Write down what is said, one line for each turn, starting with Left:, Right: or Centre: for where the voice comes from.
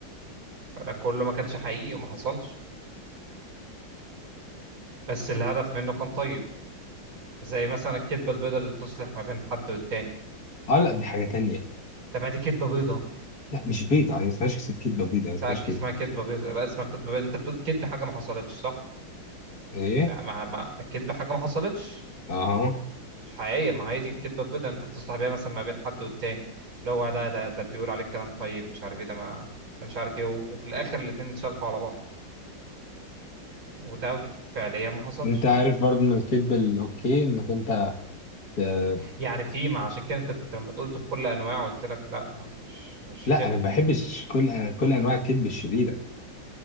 Right: فده كله ما كانش حقيقي وما حصلش بس الهدف منه كان طيب زي مثلا الكدبه البيضاء اللي تصلح ما بين حد والتاني
Left: اه لا دي حاجه تانية
Right: طب ما دي كدبه بيضاء
Left: لا مش بيضه يعني اسمهاش كدبه بيضه ما اسمهاش
Right: لا
Left: كده
Right: اسمها كدبه بيضاء لا اسمها كدبه بيضاء انت بتقول كدب حاجه ما حصلتش صح
Left: ايه
Right: ما ما ما- الكدبه حاجه ما حصلتش
Left: اها
Right: مش حقيقية ما هي دي الكدبة البيضاء اللي انت بتصلح بيها مثلا ما بين حد والتاني اللي هو ده ده ده بيقول عليك كلام طيب مش عارف ايه ده ما ده مش عارف ايه و- وفي الاخر الاتنين اتشرحوا على بعض وده فعليا ما حصلش
Left: انت عارف برضو ان الكدب الاوكي انك انت ت-
Right: يعني في ما عشان كده انت كنت لما قلت بكل انواع قلت لك لا ما مش مش
Left: لا
Right: كده
Left: انا ما بحبش كل كل انواع الكدب الشريره